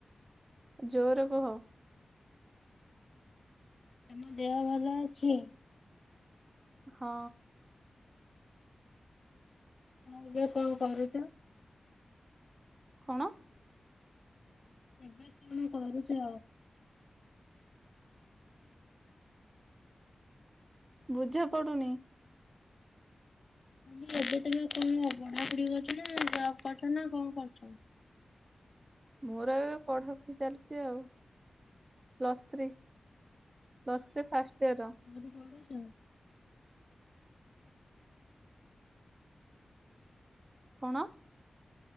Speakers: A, on the right; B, on the left.
A: ଜୋରେ କୁହ।
B: ତମ ଦେହ ଭଲ ଅଛି?
A: ହଁ।
B: ଆ ଏବେ କଣ କରୁଚ?
A: କଣ?
B: ଏବେ କଣ କରୁଚ?
A: ବୁଝା ପଡୁନି।
B: ନାଇ ଏବେ ତମେ କଣ? ପଢାପଢି କରୁଚ ନା ଜବ କରୁଚ ନା କଣ କରୁଚ? <inaudible>
A: ମୋର ଏବେ ପଢା ପଢି ଚାଲିଚି ଆଉ। Plus three plus three first year
B: <unintelligible> କୋଉଠି ପଢୁଛ?
A: କଣ?